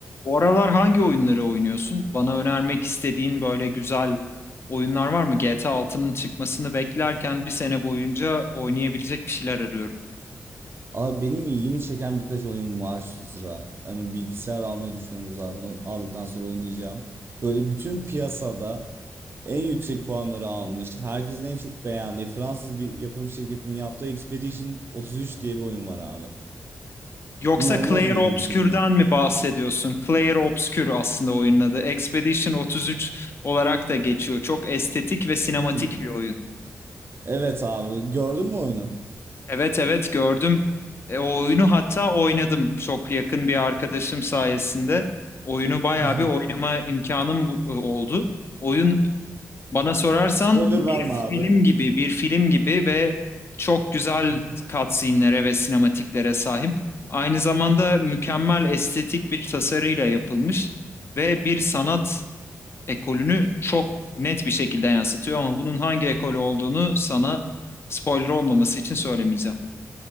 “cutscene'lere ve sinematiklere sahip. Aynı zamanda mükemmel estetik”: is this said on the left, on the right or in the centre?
Left